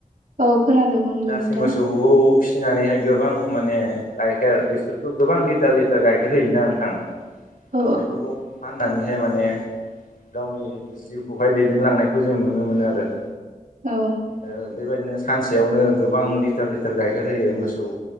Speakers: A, on the right (about 70°); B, on the left (about 85°).
A: औ खोनादों। बुंलाय
B: जारसि
A: नोंथां
B: मोसौखौ फिसिनानैहाय गोबां माने गाइखेर बिसोरथ' गोबां लिटार लिटार गाइखेर होयोना नोंथां
A: औ
B: बेफोरखौ फाननानैहाय माने गावनि जिउखौहाय दैदेनलांनायखौ जों नुनो मोनो आरो।
A: औ।
B: ओ बेबायदिनो खानसेयावनो गोबां लिटार लिटार गाइखेर होयो मोसौ